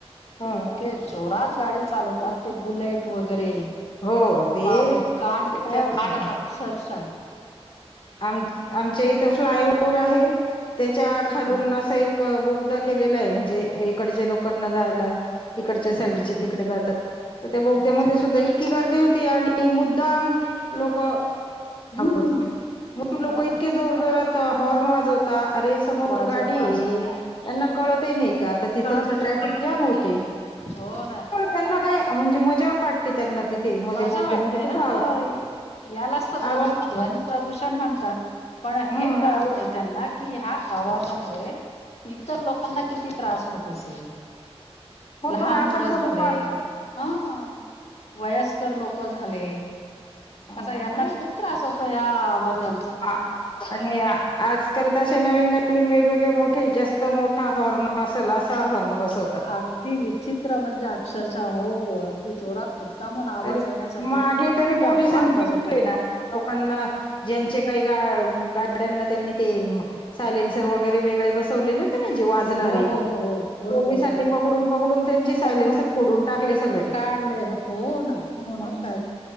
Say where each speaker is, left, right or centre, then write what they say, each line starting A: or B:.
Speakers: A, on the left; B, on the left.
A: ह
B: ते इतके जोरात गाडी चालवतात, ते बुलेट वगैरे
A: हो. ते
B: बापे कान
A: त्याच्यावरच
B: ठळ्या बसतात अक्षरश
A: आम-आमच्या इथं फ्लायओव्हर आहे, त्याच्या खालून
B: हम्म,
A: असं एक बोगदा केलेला य म्हणजे इकडच्या लोकांना जायला. इकडच्या
B: हम्म,
A: साईडचे तिकडे जातात, त त्या बोगद्यामध्ये
B: अच्छा
A: सुद्धा इतकी गर्दी होती आणि मुद्दाम लोक आवज
B: हम्म
A: क् म्हणून लोकं
B: हो
A: इतके
B: ना
A: जोर-जोरात हॉर्न वाजवतात, अरे समोर
B: वाजवता
A: गाडी ये यांना कळतही नही का आता तिथं
B: कळतही
A: तर ट्रॅफिक
B: नाही
A: जाम होते.
B: हो ना.
A: त्याना काय म्हणजे मज्जा वाटते त्यांना तिथे.
B: मजा वाटतय हं,
A: कस
B: यालाचं तर
A: आवाज
B: ध्वद-ध्वनी प्रदूषण म्हणतात, पण
A: हम्म
B: हे कळत नाही त्यांना कीं ह्या आवाजा मुळे, इतर लोकांना किती त्रास होत असेल.
A: हो
B: लहान
A: ना
B: मुलं
A: आपण
B: झालेय,
A: सगळं
B: हं. वयस्कर लोकं झाले,
A: हम्म
B: असा यांना खूप त्रास होतो, ह्या आवाजा
A: हां आणि आजकाल तशे नवीन-नवीन वेगवेगळे, मोठे जास्त मोठा हॉर्न असल असा हॉर्न बसव
B: अगदी विचित्र म्हणजे, अक्षरशः हो अगदी जोरात मुद्दामून आवाज
A: तरी,
B: येण्यासाठी
A: मागे तरी
B: ते
A: पोलिसांनी
B: हॉर्न वाजवतात
A: नि <unintelligible> टले ना लोकांना ज्यांचे काही गा-गाड्यांना त्यांनी ते सायलेन्सर वगैरे वेगळे बसवलेलेत ते न जे वाजणारे,
B: हो हो हो हो बरोबर
A: पोलिसांनी
B: बरोबर
A: पकडून पकडून त्यांचे सायलेन्सर
B: पकडून
A: फोडून टाकले सगळे
B: काढलंय हो ना
A: हम्म
B: मग काय?